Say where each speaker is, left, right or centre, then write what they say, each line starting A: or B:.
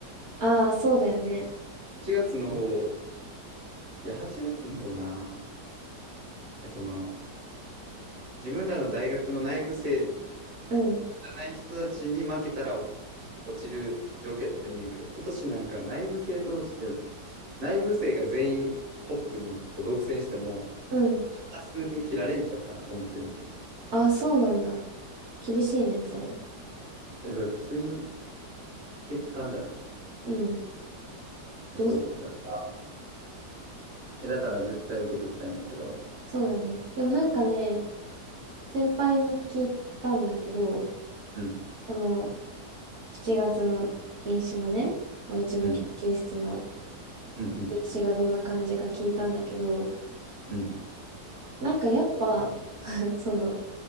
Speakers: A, on the right; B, on the right.
A: ああ、そうだよね。
B: 8月の方、いや、8月の方な。いや、その、自分らの大学の内部生じ
A: うん、
B: ゃない人たちに負けたら落落ちる条件やったらいいねんけど、今年なんか内部生同士で、内部生が全員トップにこう独占しても、
A: うん。
B: 普通に切られんちゃうかなと思ってんだけどさ。
A: ああ、そうなんだ。厳しいね、それ。
B: え、それ普通に欠陥じゃない
A: うん。
B: え、そう。
A: どうする
B: だから、え、だから絶対受けときたいねんけど。
A: そうだね。でもなんかね、先輩に聞いたんだけど、
B: うん、
A: その7月の飲酒のね、まあうちの研究室の
B: うん、うん、うん、
A: 飲酒がどんな感じか聞いたんだけど、
B: うん。
A: なんかやっぱ、<laughs> その、